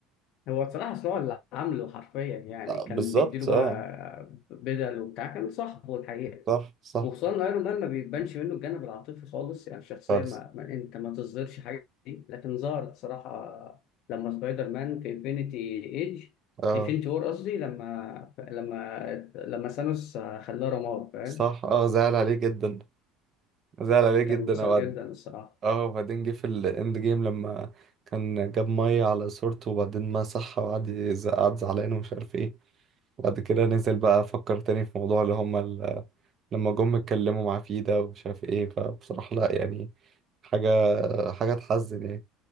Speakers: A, on the left (about 60°); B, on the right (about 35°).
A: هو بصراحه أصل هو اللي عامله حرفيا يعني
B: آه،
A: كان
B: بالظبط
A: بيديله بقى
B: اه
A: بدل وبتاع كان صاحبه الحقيقه
B: صح صح
A: وخصوصا ان ايرون مان ما بيبانش منه الجانب العاطفي خالص يعني الشخصيه
B: خالص
A: ما, ما انت ما تصدرش حاجه دي لكن ظهرت صراحه لما سبايدر مان في انفينيتي ايج
B: اه
A: انفينيتي وور قصدي لما لما لما ثانوس خلاه رماد فاهم
B: صح اه زعل عليه جدا زعل عليه جدا
A: كان مؤثر
B: وبعد
A: جدا الصراحه
B: اه وبعدين جه في الاند جيم لما كان جاب مية على صورته وبعدين مسحها وقعد يز- قعد زعلان ومش عارف ايه وبعد كده نزل بقى فكر تاني في موضوع اللي هما لما جم اتكلموا معاه فيه ده ومش عارف ايه فبصراحة لا يعني حاجة حاجة تحزن يعني